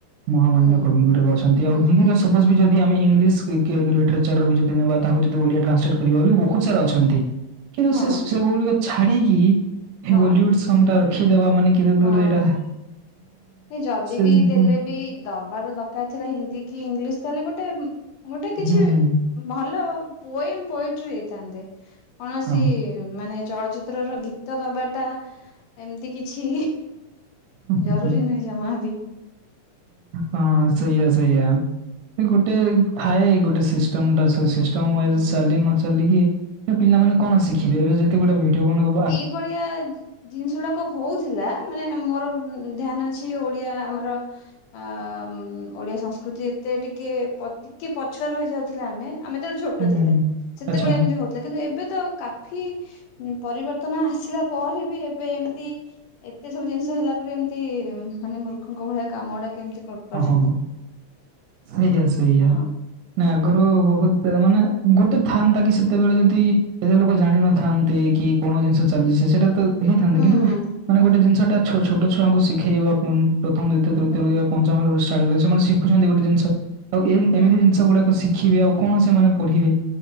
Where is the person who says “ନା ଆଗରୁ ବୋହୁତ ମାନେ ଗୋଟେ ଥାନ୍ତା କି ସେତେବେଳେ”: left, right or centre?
Right